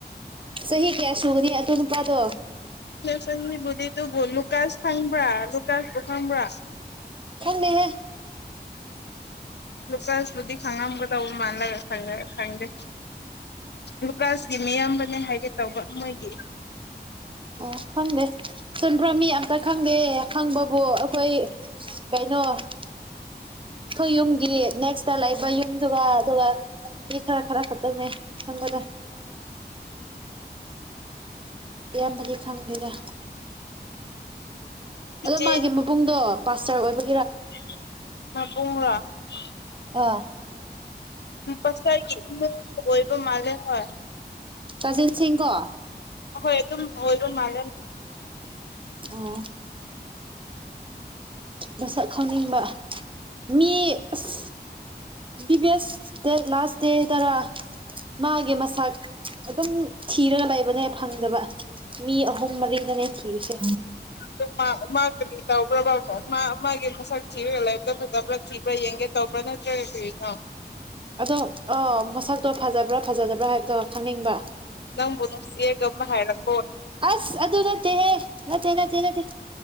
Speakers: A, on the right (about 30°); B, on the left (about 80°).
A: ꯁꯍꯤ ꯀꯌꯥ ꯆꯒꯔꯤ ꯌꯥ ꯑꯗꯨꯅ ꯄꯇꯣ
B: ꯁꯪꯁꯤꯕꯨꯗꯤ ꯑꯗꯨꯕꯨ ꯂꯨꯀꯥꯁ ꯈꯪꯕ꯭ꯔꯥ ꯂꯨꯀꯥꯁꯄꯨ ꯈꯪꯕ꯭ꯔꯥ
A: ꯊꯅꯦꯍꯦ
B: ꯂꯨꯀꯥꯟꯁꯕꯨꯨꯗꯤ ꯈꯪꯉꯝꯒꯗꯧꯕ ꯃꯥꯜꯂꯒ ꯈꯪꯗꯦ ꯂꯨꯀꯥꯁꯀꯤ ꯃꯤꯌꯥꯝꯕꯅꯦ ꯍꯥꯏꯒꯦ ꯇꯧꯕ ꯃꯣꯏꯒꯤ
A: ꯑꯣ ꯈꯪꯗꯦ ꯆꯟꯕ꯭ꯔ ꯃꯤ ꯑꯝꯇ ꯈꯪꯗꯦ ꯈꯪꯕꯕꯨ ꯑꯩꯈꯣꯏ ꯀ ꯅ <unintelligible> ꯑꯩꯈꯣꯏ ꯌꯨꯝꯒꯤ ꯅꯦꯛꯁꯇ ꯂꯩꯕ ꯌꯨꯝꯗꯨꯒ ꯑꯗꯨꯒ ꯌꯦ ꯈꯔ ꯈꯔ ꯈꯇꯔꯅꯦ ꯊꯪꯕꯖꯔ ꯑꯌꯥꯝꯕꯗꯤ ꯈꯪꯗꯦꯗ ꯑꯗꯣ
B: ꯏꯆꯦ
A: ꯃꯥꯒꯤ ꯃꯕꯨꯡꯗꯣ ꯄꯥꯁꯇꯔ ꯑꯣꯏꯕ
B: <unintelligible>
A: ꯑꯥ
B: ꯄꯁꯥꯏꯒꯤ ꯏꯃꯨꯡ ꯑꯣꯏꯕ ꯃꯥꯜꯂꯦ ꯍꯣꯏ
A: ꯀꯖꯤꯟ ꯁꯤꯡꯀꯣ
B: ꯍꯣꯏ ꯑꯗꯨꯝ ꯑꯣꯏꯕ ꯃꯥꯂꯦ
A: ꯑꯣ ꯃꯁꯛ ꯈꯪꯅꯤꯡꯕ ꯃꯤ ꯑꯁ ꯕꯤꯕꯤꯑꯦꯁ <unintelligible> ꯃꯥꯒꯤ ꯃꯁꯛ ꯑꯗꯨꯝ ꯊꯤꯔꯒ ꯂꯩꯕꯅ ꯐꯪꯗꯕ ꯃꯤ ꯑꯍꯨ ꯃꯔꯤꯗꯅꯦ ꯊꯤꯔꯤꯁꯦ
B: ꯑꯗꯨ ꯃꯥ ꯃꯥ ꯀꯔꯤ ꯇꯧꯕ꯭ꯔꯕ ꯃꯥ ꯃꯥꯒꯤ ꯃꯁꯛ ꯊꯤꯔꯒ ꯂꯩꯄꯇꯣ ꯐꯖꯕ꯭ꯔ ꯊꯤꯕ꯭ꯔ ꯌꯦꯡꯒꯦ ꯇꯧꯄꯔ꯭ ꯅꯠꯇ꯭ꯔꯒ ꯀꯔꯤꯅꯣ
A: ꯑꯗꯣ ꯑ ꯃꯁꯛꯇꯣ ꯐꯖꯕ꯭ꯔꯥ ꯐꯖꯗꯕ꯭ꯔꯥ ꯍꯥꯏꯕꯗꯣ ꯈꯪꯅꯤꯡꯕ
B: ꯅꯪ <unintelligible> <unintelligible> ꯍꯥꯏꯔꯛ
A: ꯑꯁ ꯑꯗꯨ ꯅꯠꯇꯦꯍꯦ ꯅꯠꯇꯦ ꯅꯠꯇꯦ ꯅꯠꯇꯦ